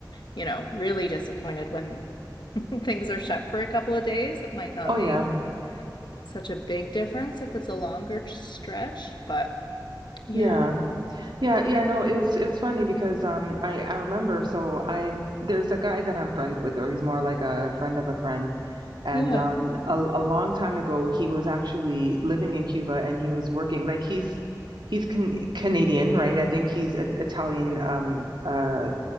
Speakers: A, on the left; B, on the right.
A: you know, really disappointed when <laughs> things are shut for a couple of days. It might not
B: Oh
A: make
B: yeah.
A: such a big difference if it's a longer ch- stretch, but yeah,
B: Yeah. Yeah, yeah, no, it was it was funny because um I I remember so I'm there's a guy that I'm friends with or he's more like a friend of a friend and
A: yeah.
B: um a, a long time ago he was actually living in Cuba and he was working like he's he's can, Canadian, right? I think he's a, Italian um uh